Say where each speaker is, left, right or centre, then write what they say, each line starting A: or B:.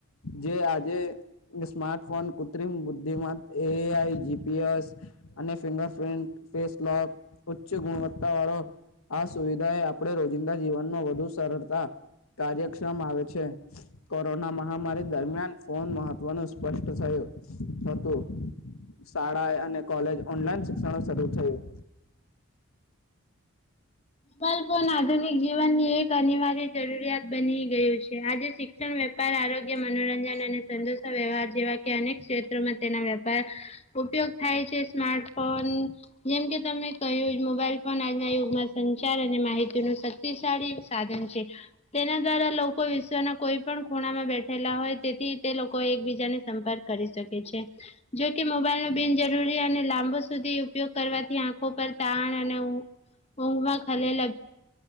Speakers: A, on the left; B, on the left.
A: જે આજે સ્માર્ટફોન કૃત્રિમ બુદ્ધિમાત એઆઈ જીપીએસ અને ફિંગરપ્રિન્ટ ફેસક ઉચ્ચ ગુણવત્તા વાળો આ સુવિધા એ આપણે રોજિંદા જીવનમાં વધુ સરળતા કાર્યક્ષમ આવે છે કોરોના મહામારી દરમિયાન ફોન મહત્વનું સ્પષ્ટ થયું શાળા અને કોલેજ ઓનલાઈન શિક્ષણ શરૂ થયું
B: <inaudible> મોબાઈલ ફોન આધુનિક જીવનની એક અનિવાર્ય જરૂરિયાત બની ગયું છે આજે શિક્ષણ વેપાર આરોગ્ય મનોરંજન અને સંંતોષ ના વ્યવહાર જેવા કે અનેક ક્ષેત્રોમાં તેના વેપાર ઉપયોગ થાય છે. સ્માર્ટફોન જેમ કે તમે કહ્યું મોબાઈલ ફોન આજના યુગમાં સંચાર અને માહિતીનું શક્તિશાળી સાધન છે. તેના દ્વારા લોકો વિશ્વના કોઈ પણ ખૂણામાં બેઠેલા હોય તેથી તે લોકો એકબીજાને સંપર્ક કરી શકે છે. જોકે મોબાઈલ ન બિનજરૂરી અને લાંબો સુધી ઉપયોગ કરવાથી આંખો પર તાણ અને ઊંઘમાં ખલેલ